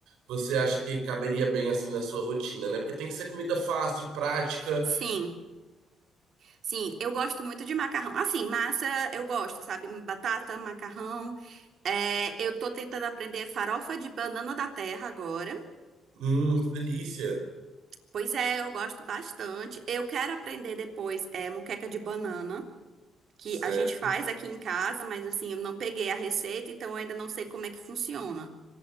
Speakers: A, on the right (about 90°); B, on the right (about 65°).
A: você acha que caberia bem, assim, na sua rotina, né? Porque tem que ser comida fácil, prática.
B: Sim, sim, eu gosto muito de macarrão. Assim, massa eu gosto, sabe? Batata, macarrão. É, eu tô tentando aprender farofa de banana da terra agora.
A: Hum, que delícia.
B: Pois é, eu gosto bastante. Eu quero aprender depois é, moqueca de banana, que
A: Certo.
B: a gente faz aqui em casa, mas assim, eu não peguei a receita, então eu ainda não sei como é que funciona.